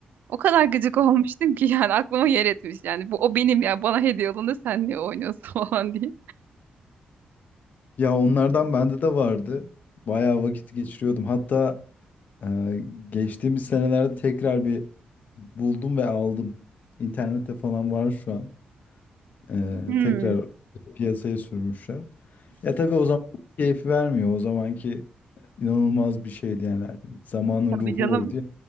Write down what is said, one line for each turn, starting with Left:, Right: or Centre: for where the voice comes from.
Right: O kadar gıcık <laughs> olmuştum ki yani aklıma yer etmiş yani bu o benim ya bana hediye alındı sen niye oynuyorsun <laughs> falan diye.
Left: Ya onlardan bende de vardı. Bayağı vakit geçiriyordum. Hatta e, geçtiğimiz senelerde tekrar bir buldum ve aldım. İnternette falan var şu an. Ee,
Right: Hmm,
Left: tekrar piyasaya sürmüşler. Ya tabii o zaman keyif vermiyor. O zamanki inanılmaz bir şeydi yani. Zamanın
Right: tabii
Left: ruhu
Right: canım.
Left: oydu ya.